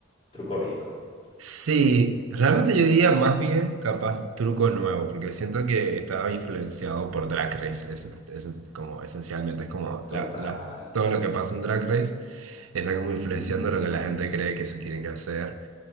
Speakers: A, on the left (about 30°); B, on the right (about 75°).
A: truco viejo,
B: Sí, realmente yo diría más bien capaz truco nuevo, porque siento que estaba influenciado por Drag Race. Es, es como esencialmente es como
A: total.
B: la, la- todo lo que pasa en Drag Race está como influenciando
A: Ujú,
B: lo que la gente cree que se tiene que hacer.